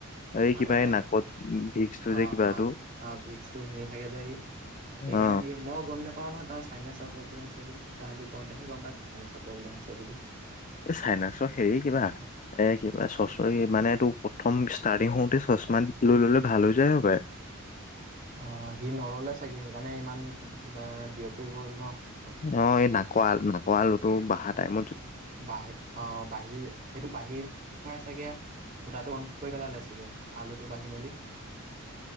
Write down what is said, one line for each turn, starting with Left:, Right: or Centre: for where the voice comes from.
Left: এই
Right: মাজতে
Left: কিবা এই নাকত ভিক্সটো যে
Right: অ
Left: কিবাটো
Right: অ অ ভিক্সটো শুঙি থাকে যে সি সেইকাৰণে
Left: অ
Right: নেকি মও গম নেপ পাওঁ নহয় তাৰ চাইনেছৰ প্ৰব্লেম আছে বুলি, তই আজি কওঁতেহে গম পাইছোঁ চাইনেছৰ প্ৰব্লেম আছে বুলি।
Left: এই চাইনাচৰ হেৰি কিবা এ কিবা চচৰি মানে তোৰ প্ৰথম ষ্টাৰ্টিং হওঁতে চশমা লৈ ললে ভাল হৈ যায় হপায়
Right: অ সি নললে চাগে সেইকাৰণে ইমান বে বিয়পি পৰিল ন। বস্তুটো।
Left: অ এই নাকৰ নাকৰ আলু টো বাহা টাইমত
Right: বাহে আহ বাঁহিৰ সেইটো বাঁহিৰ চাগে ফুটাটো অন কৰি পেলালে চাগৈ আলুটো বাঢ়ি মেলি।